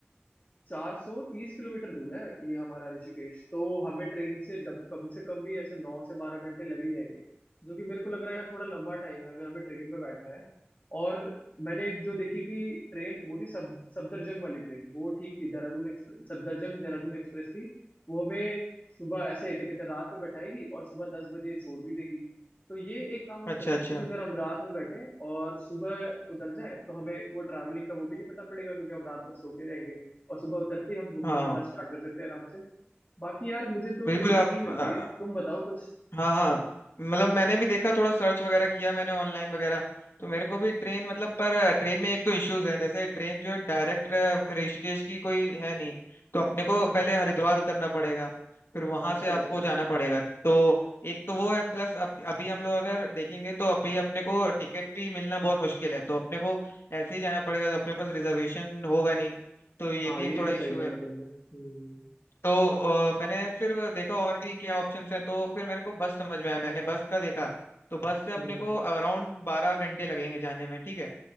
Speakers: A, on the left; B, on the left.
A: चार सौ तीस किलोमीटर दूर है ये हमारा ऋषिकेश तो हमें ट्रेन से जब कम से कम भी ऐसे नौ से बारह घंटे लग ही जाएंगे जो कि मेरे को लग रहा है यार थोड़ा लंबा टाइम है अगर हमें ट्रेन में बैठना है और मैंने एक जो देखी थी ट्रेन वो थी सब सफदरजंग वाली ट्रेन वो ठीक थी देहरादून एक्सप्रेस सफदरजंग देहरादून एक्सप्रेस थी वो हमें सुबह ऐसे क्या कहते हैं रात में बैठाएगी और सुबह दस बजे छोड़ भी देगी तो ये एक काम हम
B: अच्छा
A: कर सकते
B: अच्छा
A: हैं कि अगर हम रात में बैठे और सुबह उतर जाएं तो हमें वो ट्रैवलिंग का वो भी नहीं पता पड़ेगा क्योंकि हम रात भर सो के जाएंगे और सुबह उतरते ही हम घूमना
B: हाँ
A: फिरना स्टार्ट कर सकते हैं आराम से बाकी यार मुझे तो
B: बिल्कुल
A: ट्रेन
B: आप
A: ठीक लग रही है तुम बताओ कुछ
B: हाँ हाँ मतलब मैंने भी देखा थोड़ा सर्च वगैरह किया मैंने ऑनलाइन वगैरह तो मेरे को भी ट्रेन मतलब पर ट्रेन में एक दो इश्यूज हैं जैसे ट्रेन जो है डायरेक्ट ऋषिकेश की कोई है नहीं तो अपने को
A: हम्म हम्म,
B: पहले हरिद्वार उतरना पड़ेगा फिर वहां
A: अच्छा
B: से आपको
A: अच्छा
B: जाना पड़ेगा तो एक तो वो है प्लस अभी हम लोग अगर देखेंगे तो अभी अपने को टिकट भी मिलना बहुत मुश्किल है तो अपने को ऐसे ही जाना पड़ेगा तो अपने पास रिजर्वेशन होगा नहीं तो ये
A: हाँ
B: भी
A: ये
B: एक थोड़ा
A: तो
B: इशू
A: सही बोला
B: है
A: तुमने हम्म
B: तो अ, मैंने फिर देखा और भी क्या ऑप्शंस हैं तो फिर मेरे को बस समझ में आया मैंने बस का देखा तो बस से अपने
A: हम्म
B: को अराउंड बारह घंटे लगेंगे जाने में ठीक है